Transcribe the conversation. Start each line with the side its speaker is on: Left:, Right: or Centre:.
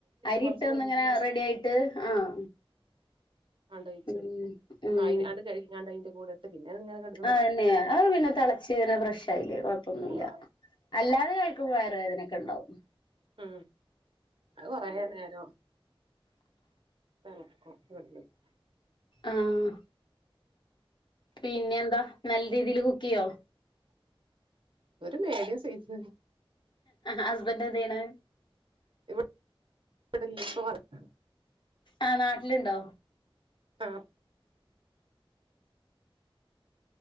Left: അരിയിട്ട്
Right: കുറച്ച്
Left: ഒന്ന്
Right: വെന്തതിന്റെ
Left: ഇങ്ങനെ
Right: ശേഷം
Left: റെഡിയായിട്ട് ആഹ്
Right: ആണ്ട് ഒഴിച്ചൊടുക്കു
Left: ഉം ഉം
Right: അയിന് അതു കഴിഞുങ്ങാണ്ട് അയിന്റ കൂടെഇട്ട് പിന്നെ അതിങ്ങനെ കെടന്ന് -
Left: ആഹ് തന്നേ അത് പിന്നെ തെളച്ച് പിന്നെ ഫ്രഷായില്ലേ കൊഴപ്പൊന്നുല്ല
Right: ഉം
Left: അല്ലാതെ കഴിക്കുമ്പോ വയറു വേദനയൊക്ക ഇണ്ടാവും
Right: ഉം അത് കൊറേ - നേരോ തെളക്കും വെള്ളൊ <unintelligible> യ്
Left: ആഹ് പിന്നെയെന്താ നല്ല രീതീല് കുക്ക് ചെയ്യോ
Right: ഒരു മേഡിയം സൈസ്
Left: ഹസ്ബൻന്റ് എന്ത് ചെയ്യ്ണ്
Right: ഇവട് ഇവടില്ല ഇപ്പ വർക്ക്
Left: ആഹ് നാട്ടില് ഇണ്ടോ
Right: ആഹ്